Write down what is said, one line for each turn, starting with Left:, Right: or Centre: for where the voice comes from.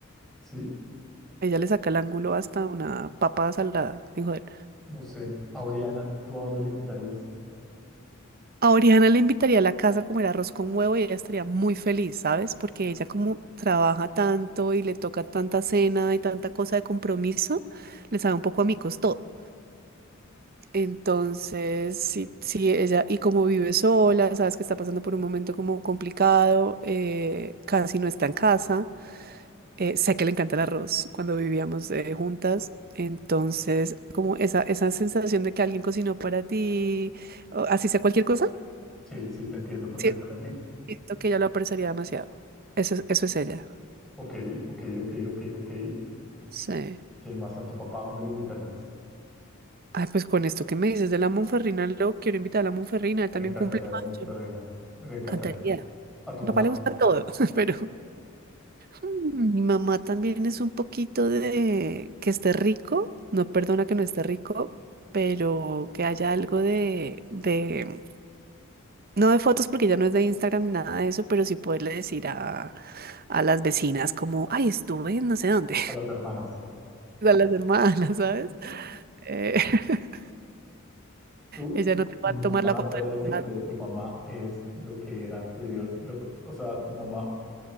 Centre: Sí,
Right: Ella le saca el ángulo hasta una papa salada, sin joder.
Centre: no sé. Auriana, ¿tú a dónde le invitarías?
Right: A Oriana le invitaría a la casa a comer arroz con huevo y ella estaría muy feliz, ¿sabes? Porque ella como trabaja tanto y le toca tanta cena y tanta cosa de compromiso, le sabe un poco a micos todo. Entonces, sí, sí, ella, y como vive sola, sabes que está pasando por un momento como complicado, eh, casi no está en casa. Eh, sé que le encanta el arroz cuando vivíamos eh, juntas. Entonces, como esa, esa sensación de que alguien cocinó para ti, o así sea cualquier cosa.
Centre: Sí, sí, te entiendo perfectamente.
Right: Sí, Siento que ella lo apreciaría demasiado. Eso es, eso es ella.
Centre: Ok, ok, ok, ok, ok.
Right: Sí.
Centre: ¿Quién más? ¿A tu papá a dónde lo invitarías?
Right: Ay, pues con esto que me dices de la Monferrina, lo quiero invitar a la Monferrina, él
Centre: Le
Right: también
Centre: encantaría
Right: cumple
Centre: la mujer
Right: años.
Centre: reina. Le encantaría.
Right: Cantaría.
Centre: A tu
Right: Mi
Centre: mamá,
Right: papá le gusta todo, <laughs> pero Mm, Mi mamá también es un poquito de que esté rico, no perdona que no esté rico, pero que haya algo de, de, no de fotos porque ya no es de Instagram ni nada de eso, pero sí poderle decir a, a las vecinas como, ay, estuve en no sé dónde.
Centre: a las hermanas.
Right: a las hermanas, ¿sabes? Eh, <laughs>
Centre: Tu,
Right: ella no te
Centre: tu
Right: va a
Centre: mamá,
Right: tomar la foto
Centre: ya la
Right: del
Centre: descifré,
Right: plato
Centre: tu mamá es lo que era anterior, lo- o sea, tu mamá